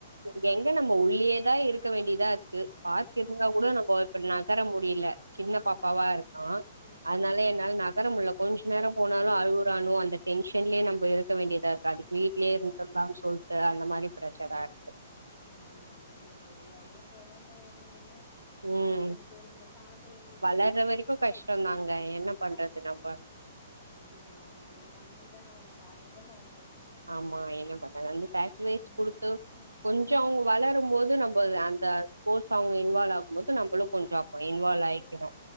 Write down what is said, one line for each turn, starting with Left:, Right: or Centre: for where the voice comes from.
Right: இங்க எங்க நம்ம உள்ளயேதா இருக்க வேண்டியதா இருக்கு
Left: ம்
Right: பார்க் இருந்தா கூட
Left: ஆமா
Right: நம்ம இப்போ நகற முடில சின்ன பாப்பாவா
Left: ஆமா
Right: இருக்கா
Left: ம்
Right: அதனால
Left: ம்
Right: என்னால ந நகற முட்ல கொஞ்ச நேரோ போனாலு
Left: ம்
Right: அழுவுறானோ அந்த டென்ஷன்லயே நம்ப இருக்க வேண்டியதா இருக்கு அது வீட்லயே
Left: ஓ
Right: இருந்தட்லான் சொல்ட்டு அந்த மாரி ப்ரஷரா
Left: ஆ
Right: இரு
Left: ஓ அப்டியா தோழி அதுவு கொழந்த இருந்துதுனா
Right: ம்
Left: அது கொஞ்சோ நம்ப பாக்க வேண்டியத்தா
Right: வளர்ற
Left: சுட்சுவேஷனா
Right: வரைக்கு கஷ்டோந்தாங்க
Left: இருக்கு உம்
Right: என்ன பண்றது
Left: ஆமா
Right: நம்ம
Left: தோழி என்ன பண்றது நம்ப பண்ணிதா ஆவணு பாத்துதா ஆவணு
Right: ஆமா
Left: பண்றது
Right: என்ன பண்ண
Left: தோழி
Right: வந்து <unintelligible> வெயிட்
Left: ம்
Right: குடுத்து
Left: ம் ம்
Right: கொஞ்சோ அவங் வளரும்போது நம்ப
Left: ம்
Right: அந்த
Left: ம்
Right: ஸ்போர்ட்ஸ் அவங்க இன்வால்வ் ஆகு கும்போது நம்பளு கொஞ்சோ
Left: ஆமா
Right: அப்ப இன்வால்
Left: அவங்களையு
Right: ஆய்க்கனு